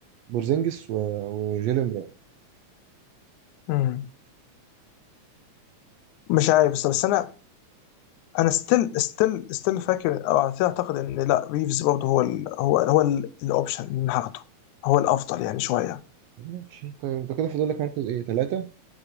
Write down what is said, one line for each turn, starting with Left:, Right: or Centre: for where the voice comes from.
Right: بورزينجس و... وجيلين براون
Left: مم. مش عارف بس, بس انا انا ستيل ستيل ستيل فاكر او اعتقد ان لا ريفز برضه هو ال هو هو ال- الاوبشن اللي هاخده هو الافضل يعني شويه
Right: ماشي طيب انت كده فاضل لك مركز ايه تلاته